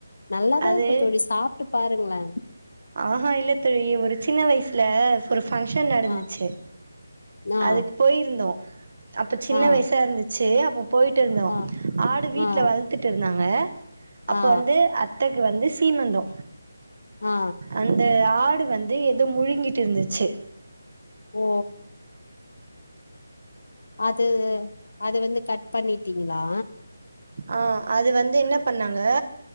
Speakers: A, on the left (about 60°); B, on the right (about 40°).
A: நல்லாதா
B: அது
A: இருக்கும் தோழி சாப்டு பாருங்களேன்
B: ஆஹா இல்ல தோழி ஒரு சின்ன வயசுல ஒரு ஃபங்ஷன் நடந்துச்சு,
A: ஆ ஆ
B: அதுக்கு போயிருந்தோம். அப்ப சின்ன
A: ஆ
B: வயசா இருந்துச்சு, அப்போ போயிட்டு இருந்தோம்.
A: ஆ
B: ஆடு வீட்ல
A: ஆ
B: வளத்துட்டு இருந்தாங்க க அப்ப
A: ஆ
B: வந்து அத்த கு வந்து சீமந்தோ
A: ஆ
B: அந்த ஆ ஆடு வந்து எதோ முழுங்கிட்டு இருந்துச்சு
A: ஓ அது அது வந்து கட் பண்ணிட்டீங்களா
B: ஆஹ் அது வந்து என்ன பண்ணாங்க